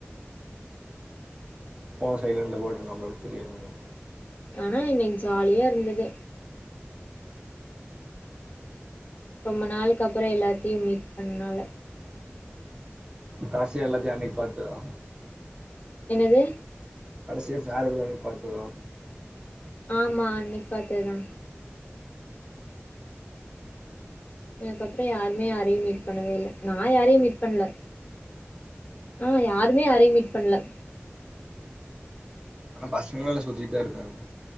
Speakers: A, on the right (about 25°); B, on the left (about 40°).
A: ஃபோன சைலண்ட்ல போட்டு நா பாட்டுக்கு தெரியா இருந்துருவ
B: ஆனா இன்னிக்கு ஜாலியா இருந்தது ரொம்ப நாள்க்கு அப்றோ எல்லாத்தியு மீட் பண்ணனால
A: காசியா எல்லாத்தி அன்னிக்கு பாத்ததா
B: என்னது
A: கடைசியா ஃபேர்வல் அன்னிக்கு பாத்ததா
B: ஆமா அன்னிக்கு பாத்ததுதா அதுக்கப்றோ யாருமே யாரயு மீட் பண்ணவே இல்ல நா யாரையு மீட் பண்ணல அ யாருமே யாரயு மீட் பண்ல
A: ஆனா பசங்கள்ளா எல்லா சுத்திட்டுதா இருக்காங்க